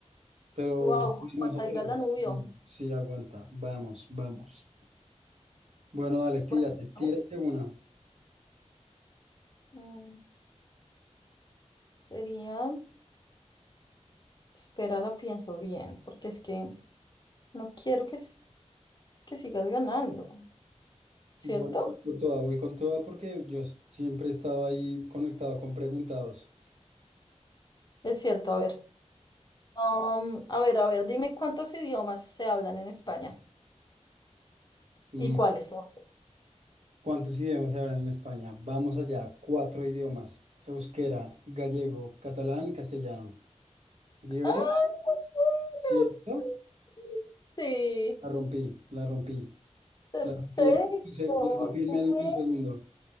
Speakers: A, on the right; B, on the left.
A: pero
B: Wow,
A: hermosa
B: cuánta
A: palabra.
B: ir al Danubio.
A: Mm, Sí, aguanta. Vamos, vamos. Bueno, dale, tírate,
B: Bueno,
A: tírate
B: a mí,
A: una.
B: mm, sería, espera, la pienso bien, porque es que no quiero que, s- que sigas ganando, ¿cierto?
A: Voy, voy con toda, voy con toda porque yo s- siempre he estado ahí conectado con preguntados.
B: Es cierto, a ver. Um, a ver, a ver, dime cuántos idiomas se hablan en España
A: Ujú.
B: y cuáles son.
A: ¿Cuántos idiomas se hablan en España? Vamos allá, cuatro idiomas. Euskera, gallego, catalán, castellano. ¿Libera?
B: ¡Ay, muy bueno!
A: ¿Cierto?
B: Sí, sí,
A: La rompí, la rompí.
B: perfecto.
A: La rompí en, un se- la rompí en
B: qué
A: menos
B: bueno.
A: de un segundo.